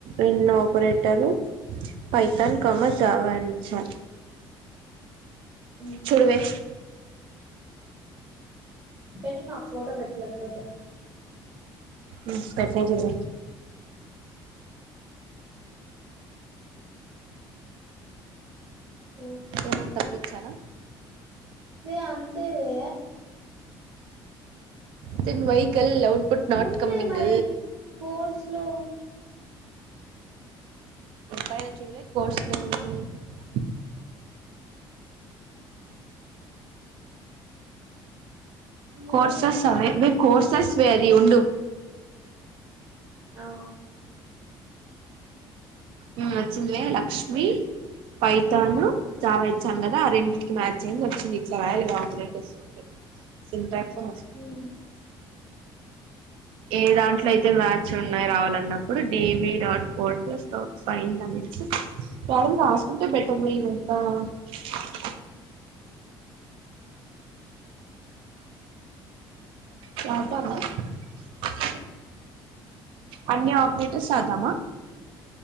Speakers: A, on the right; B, on the right.
A: ఇన్ ఆపరేటర్ పైతాను కామ జావా చ
B: మ్మ్
A: చూడవే
B: పెట్టు నాకు ఫోటో పెట్టు లేకపోతే
A: ఉం పెట్న చూడవే
B: కోర్సు
A: ఏమన్నా తప్పిచ్చానా
B: వే అంతే వే
A: తను వహికల్లౌ <unintelligible> బట్ నాట్
B: ఉందే
A: కమ్మింగ్
B: మరి కోర్స్ లో
A: బైలా చడగా కోస ఎ <unintelligible>
B: మ్మ్
A: కోర్సస్ అవేే కోర్సస్ వే ఉండు
B: ఆ
A: ఉం వచ్చినవే లక్ష్మి పైతాను జావా ఇచ్చాను కదా ఆ రెండింటికి మ్యాచ్ అయ్యంది వచ్చింది ఇట్లా రాయలు ఇగ ఆపరేటర్స్ సింటక్స్తు అను
B: మ్మ్
A: ఏ దాంట్లో అయితే మ్యాచ్ ఉన్నాయి రావాలన్నప్పుడు డివి డాట్ కోడ్ స్టోర్ ఫైన్ అ ారంద్ర హాస్పిట బెట్టవ ఇవంతా <unintelligible> పాపంద <unintelligible> అన్ని ఆపరేటర్స్ రాదామా